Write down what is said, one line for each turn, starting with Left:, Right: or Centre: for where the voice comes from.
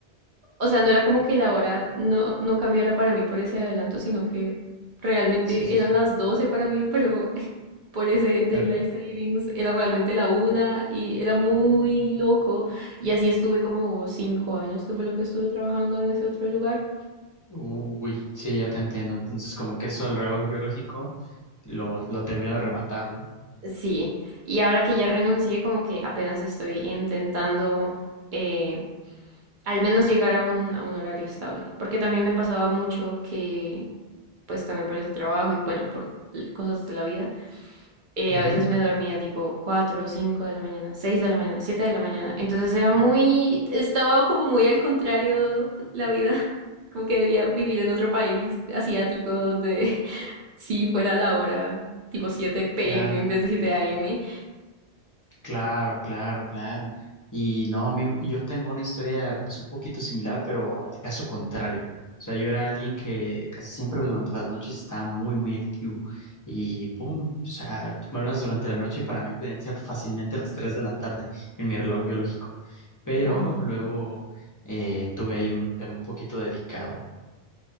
Right: o sea, no era como que la hora no, no cambiara para mí por ese adelanto, sino que realmente
Left: Sí, sí,
Right: eran
Left: sí.
Right: las 12 para mí, pero <laughs> por ese Daylight
Left: Pero,
Right: Savings era realmente la una y era muy loco. Y así estuve como cinco años, que fue lo que estuve trabajando en ese otro lugar.
Left: uy, sí, ya te entiendo. Entonces, como que eso el reloj biológico lo, lo terminó de rematar, ¿no?
Right: Sí, y ahora que ya renuncié, como que apenas estoy intentando eh, al menos llegar a un, a un horario estable, porque también me pasaba mucho que, pues también por ese trabajo y bueno, por l- cosas de la vida, eh,
Left: Ujú.
Right: a veces me dormía tipo 4 o 5 de la mañana, 6 de la mañana, 7 de la mañana, entonces era muy, estaba como muy al contrario la vida, <laughs> como que debía vivir en otro país asiático donde <laughs> sí fuera la hora tipo 7
Left: Ya.
Right: p.m. en vez de 7 a.m.
Left: Claro, claro, claro. Y no, a mí, yo tengo una historia pues un poquito similar, pero el caso contrario. O sea, yo era alguien que casi siempre durante las noches estaba muy, muy activo. Y pum, o sea, tú me hablas durante la noche y para mí podían ser fácilmente las 3 de la tarde en mi reloj biológico. Pero
Right: Wow.
Left: luego eh, tuve ahí un tema un poquito delicado.